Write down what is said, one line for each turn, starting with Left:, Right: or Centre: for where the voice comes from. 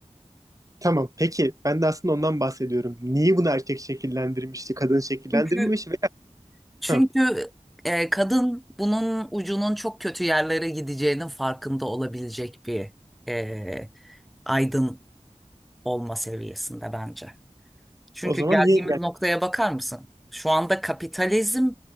Right: Tamam. Peki ben de aslında ondan bahsediyorum. Niye bunu erkek şekillendirmişti, kadın şekillendirmemiş
Centre: Çünkü
Right: veya
Centre: çünkü
Right: ha,
Centre: e, kadın bunun ucunun çok kötü yerlere gideceğinin farkında olabilecek bir e, aydın olma seviyesinde bence. Çünkü
Right: o zaman
Centre: geldiğimiz
Right: niye engel?
Centre: noktaya bakar mısın? Şu anda kapitalizm